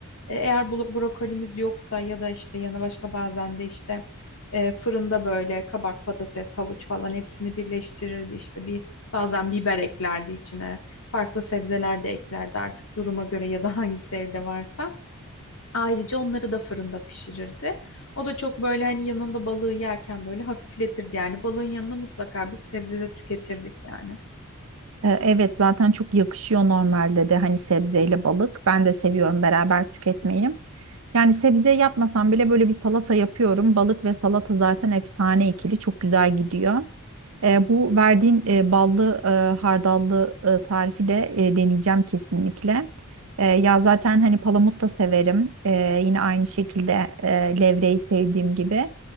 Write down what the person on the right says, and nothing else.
E, Evet zaten çok yakışıyor normalde de hani sebzeyle balık. Ben de seviyorum beraber tüketmeyi. Yani sebze yapmasam bile böyle bir salata yapıyorum. Balık ve salata zaten efsane ikili çok güzel gidiyor. E, bu verdiğin e, ballı e, hardallı e, tarifi de e, deneyeceğim kesinlikle. E, ya zaten hani palamut da severim. E, yine aynı şekilde e, levreyi sevdiğim gibi.